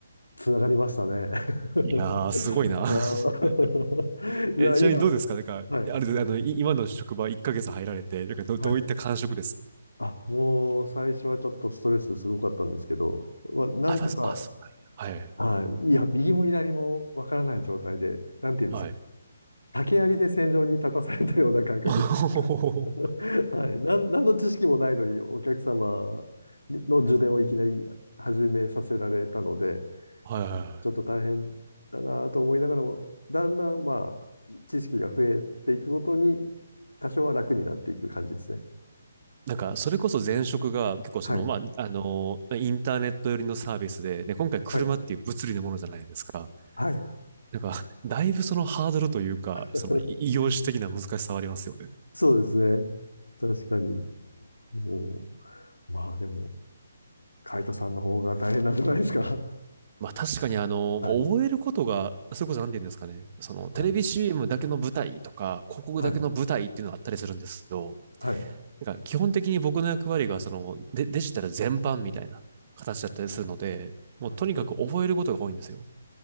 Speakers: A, on the left; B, on the right.
A: つながりましたね。<laughs>
B: いやー、すごいな。<laughs>
A: あー <laughs> じゃあ今、
B: え、ちなみにどうですかなんか、
A: はい。
B: あれで、あの、い今の職場1ヶ月入られて、なんかど、
A: はい。
B: どういった感触です
A: あ、もう最初はちょっとストレスすごかったんですけど、まあ、なんとか、
B: あ、まあ、そあ、そうなんや。はい。
A: はい。いや、右も左もわからない状態で、なんていうんですか。
B: はい。
A: 竹槍で戦場に立たされたような感覚。
B: <laughs>
A: <laughs> はい。なん、何の知識もないのに、お客様の受電をいきなり始めさせられたので、
B: はいはいは
A: はい、ちょっと大変だなと思いながらも、だんだん、まあ、知識が増えていくごとに、多少は楽になっていく感じですね。
B: い。なんか、それこそ前職が結構その、
A: はい。
B: まあ、あの、インターネット寄りのサービスで、で、今回車っていう物理のものじゃないですか。
A: はい。はい。
B: なんか、だいぶそのハードルというか、
A: <laughs>
B: その異業種的な難しさはありますよね。
A: そうですね。確かに。もう、まあでも、カイトさんの方が大変なんじゃないですか。
B: まあ確かにあの、
A: はい、
B: 覚えることが、それこそなて言うんですかね。そのテレビ
A: はい、
B: CM だけの舞台とか、広告だけの舞台っていうのがあったりするんですけど、
A: はい、はい。
B: なんか基本的に僕の役割がそのデ、デジタル全般みたいな形だったりするので、
A: はい。
B: もうとにかく覚えることが多いんですよ。